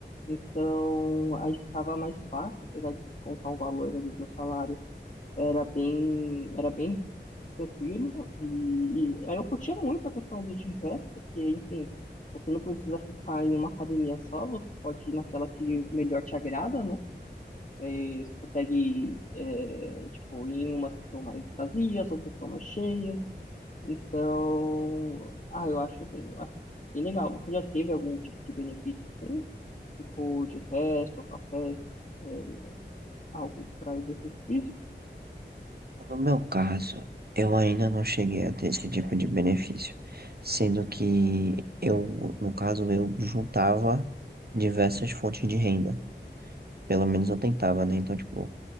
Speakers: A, on the left (about 40°); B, on the right (about 60°).
A: Então aí ficava mais fácil, apesar de descontar um valor ali no salário, era bem, era bem tranquilo. E, e aí eu curtia muito a questão do Gympass, porque, enfim, você não precisa ficar em uma academia só, você pode ir naquela que melhor te agrada, né? É, você consegue, é, tipo, ir em umas que são mais vazias, outras que são mais cheias. Então, ah, eu acho bem, eu acho bem legal. Você já teve algum tipo de benefício assim? Tipo, de festa ou café, é, algo para exercício físico?
B: No meu caso, eu ainda não cheguei a ter esse tipo de benefício, sendo que eu, no caso, eu juntava diversas fontes de renda, pelo menos eu tentava, né? Então, tipo,